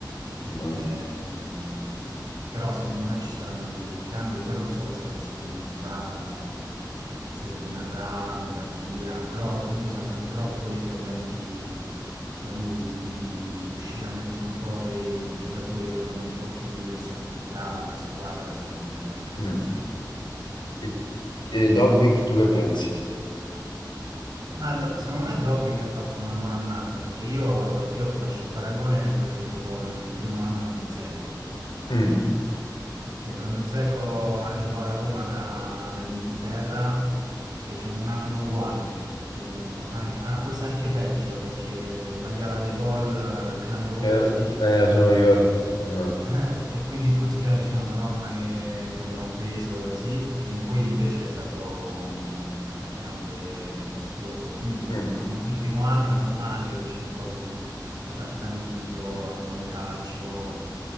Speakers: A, on the left; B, on the right.
A: non...
B: Ehm, però secondo me ci saranno dei cambi e poi non so questa questione di Dybala se rimarrà, andrà via, però comunque siamo stati troppo dipendenti da lui, quindi riuscire a mettere un po' dei, dei giocatori che danno un po' più di versatilità alla squadra sarebbe,
A: mm.
B: sarebbe meglio.
A: E, e Dobbik, tu che pensi?
B: Ma Do- secondo me Dobby che ha fatto una buona annata, perché io, lo- io faccio paragone, per esempio, con il primo anno di Dzeko.
A: Mm.
B: che quando Zeko arrivò alla Roma da- dall'Inghilterra fece un anno uguale, eh, anche- ah, forse anche peggio perché sbagliava dei gol eh, clamorosi
A: Eh, eh, lo so, mi ricordo, mi ricordo.
B: eh, e quindi tutti già dicevano Madonna che, che abbiamo preso, sì, e poi invece è stato un attaccante mostruoso, quindi
A: Mm.
B: secondo me il primo anno è normale che c'è un po' di adattamento al nuovo calcio,